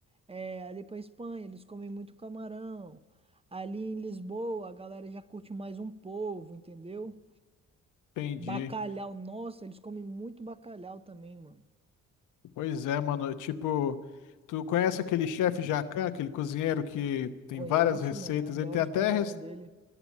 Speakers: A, on the right; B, on the left.
A: é, ali pra Espanha, eles comem muito camarão. Ali em Lisboa, a galera já curte mais um polvo, entendeu?
B: entendi.
A: Bacalhau, nossa, eles comem muito bacalhau também, mano.
B: Pois é, mano. Tipo, tu conhece aquele chefe Jacan, aquele cozinheiro que tem
A: Conheço,
B: várias receitas?
A: mano. Adoro
B: Ele tem até...
A: os programas
B: res-
A: dele.